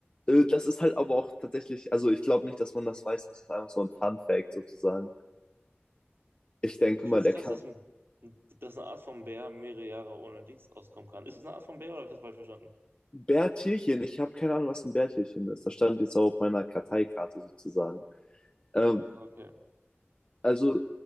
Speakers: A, on the left (about 25°); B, on the right (about 60°).
A: Äh, Das ist halt aber auch tatsächlich, also ich glaube nicht, dass man das weiß, das ist einfach so ein Fun Fact sozusagen. Ich denke
B: Ich
A: mal,
B: finde es
A: der
B: krass,
A: kann
B: dass, ein, dass eine Art von Bär mehrere Jahre ohne Dings auskommen kann. Ist es eine Art von Bär oder habe ich das falsch verstanden?
A: Bärtierchen, ich habe keine Ahnung, was ein Bärtierchen ist. Das stand jetzt auch auf meiner Karteikarte sozusagen. Ähm,
B: Mhm, okay.
A: also